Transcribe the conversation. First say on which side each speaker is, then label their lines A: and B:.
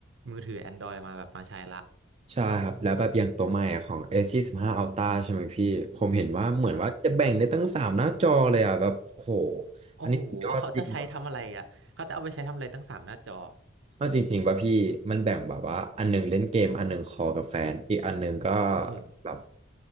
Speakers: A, on the right (about 65°); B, on the right (about 30°).
A: มือถือ Android มาแบบมาใช้ละ
B: ใช่ครับแล้วแบบอย่างตัวใหม่อะของ a 1 5 Ultra ใช่ไหมพี่ผมเห็นว่าเหมือนว่าจะแบ่งได้ตั้งสามหน้าจอเลยอ่ะแบบโห
A: ครับโอ้โหเขาจะใช้ทำอะไรอ่ะเขาจะเอาไปใช้ทำอะไรตั้งสามหน้าจอ
B: อันนี้สุดยอดจริงแบบเอาจริงๆป่ะพี่มันแบ่งแบบว่าอันหนึงเล่นเกมอันหนึงคอลกับแฟนอีกอันหนึงก็
A: โอ้โห
B: แบบ